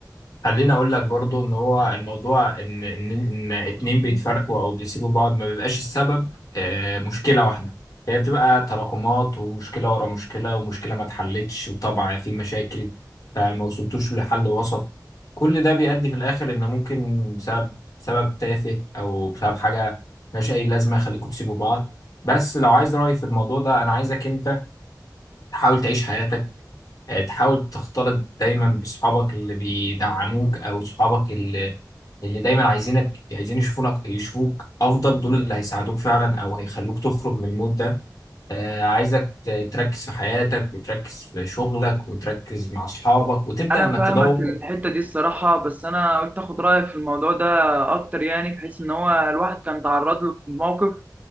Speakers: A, on the left (about 55°); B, on the right (about 20°).
A: خليني اقول لك برضو ان هو الموضوع ان ان ان اتنين بيتفرقوا او بيسيبوا بعض ما بيبقاش السبب آه، مشكله واحده هي بتبقى تراكمات ومشكله ورا مشكله ومشكله ما اتحلتش وطبعا في مشاكل فما وصلتوش لحل وسط كل ده بيؤدي في الاخر ان ممكن بسبب سبب تافه او بسبب حاجه ملهاش اي لازمه يخليكوا تسيبوا بعض بس لو عايز رايي في الموضوع ده انا عايزك انت تحاول تعيش حياتك آه، تحاول تختلط دايما بصحابك اللي بيدعموك او صحابك اللي اللي دايما عايزينك عايزين يشوفونك يشوفوك افضل دول اللي هيساعدوك فعلا او هيخلوك تخرج من المود ده آه، عايزك ت- تركز في حياتك وتركز في شغلك وتركز مع اصحابك وتبدا
B: انا
A: انك
B: فاهمك
A: تدور
B: الحتة دي الصراحة بس انا قلت اخد رأيك في الموضوع ده اكتر يعني بحيث ان هو الواحد كان تعرض له في موقف